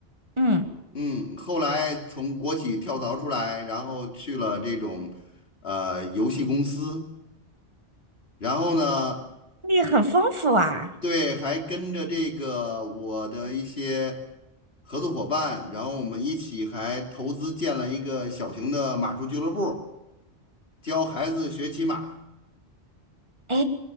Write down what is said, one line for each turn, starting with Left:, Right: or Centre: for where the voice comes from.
Right: 嗯，
Left: 嗯，后来从国企跳槽出来，然后去了这种呃游戏公司，然后呢，
Right: 你很丰富啊。
Left: 对，还跟着这个我的一些合作伙伴，然后我们一起还投资建了一个小型的马术俱乐部，教孩子学骑马。
Right: 诶，